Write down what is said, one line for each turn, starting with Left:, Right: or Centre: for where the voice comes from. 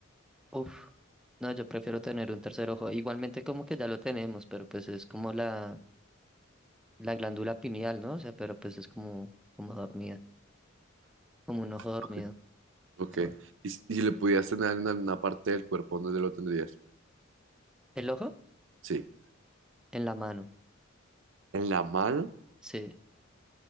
Centre: Uf, no, yo prefiero tener un tercer ojo. Igualmente como que ya lo tenemos, pero pues es como la, la glándula pineal, ¿no? O sea, pero pues es como, como dormida, como un ojo dormido.
Right: Ok. ok.
Centre: <clears throat>
Right: ¿Y si y si le pudieras tener en alguna parte del cuerpo, dónde lo tendrías?
Centre: <laughs> ¿El ojo?
Right: Sí.
Centre: En la mano.
Right: ¿En la mano?
Centre: Sí,